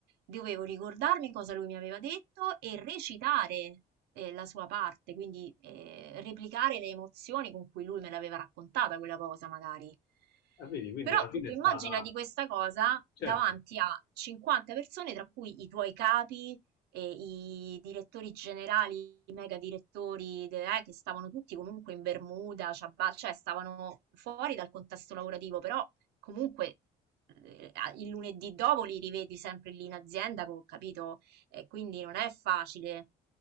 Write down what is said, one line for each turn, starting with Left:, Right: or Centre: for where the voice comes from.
Right: dovevo ricordarmi cosa lui mi aveva detto e recitare eh, la sua parte, quindi eh, replicare le emozioni con cui lui me l'aveva raccontata quella cosa, magari.
Left: E vedi, quindi
Right: Però
Left: alla
Right: tu
Left: fine
Right: ti
Left: è
Right: immagina
Left: stata,
Right: di questa cosa
Left: certo,
Right: davanti a 50 persone, tra cui i tuoi capi, e i direttori generali, i mega direttori, de- eh, che stavano tutti comunque in Bermuda, ciabatte, cioè stavano fuori dal contesto lavorativo, però comunque eh, a- il lunedì dopo li rivedi sempre lì in azienda, co- capito? E quindi non è facile.